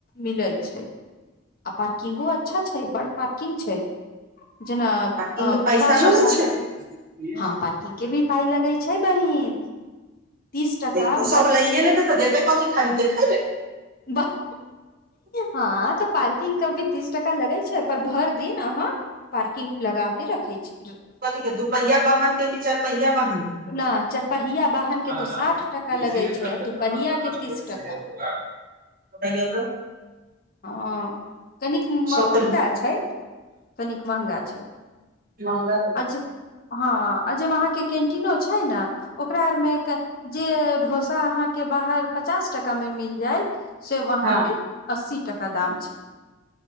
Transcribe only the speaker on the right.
आ
किनको
पैसा न
दै छै तऽ
त
सब लैइए
तऽ देै कथी खाली देखैै
कथी के दूपहिआा बाहन के की चार पहिआ बहान
ह
काम
करा
<unintelligible> कह त <unintelligible>
सब
तऽ
मंगा
हँ